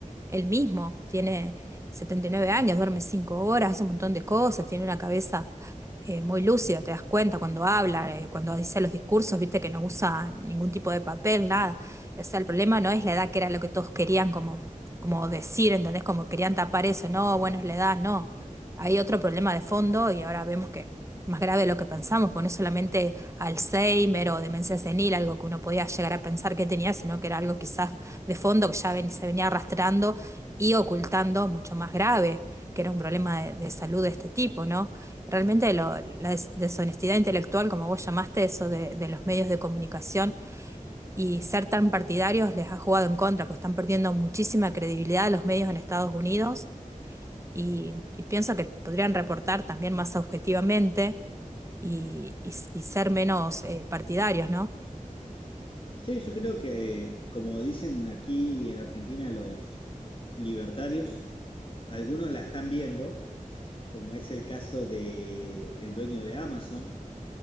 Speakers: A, on the right; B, on the left.
A: Él mismo tiene 79 años, duerme 5 horas, hace un montón de cosas, tiene una cabeza eh, muy lúcida, te das cuenta cuando habla, eh, cuando dice los discursos, viste que no usa ningún tipo de papel, nada. O sea, el problema no es la edad, que era lo que todos querían como, como decir, ¿entendés? Como querían tapar eso, no, bueno, es la edad, no. Hay otro problema de fondo y ahora vemos que es más grave de lo que pensamos, porque no es solamente Alzheimer o demencia senil, algo que uno podía llegar a pensar que tenía, sino que era algo quizás de fondo que ya ven- se venía arrastrando y ocultando mucho más grave, que era un problema de, de salud de este tipo, ¿no? Realmente lo- la des- deshonestidad intelectual, como vos llamaste, eso de, de los medios de comunicación y ser tan partidarios les ha jugado en contra, pues están perdiendo muchísima credibilidad los medios en Estados Unidos y, y pienso que podrían reportar también más objetivamente y, y s- y ser menos eh, partidarios, ¿no?
B: Sí, yo creo que, como dicen aquí en Argentina los libertarios, algunos la están viendo, como es el caso de el dueño de Amazon,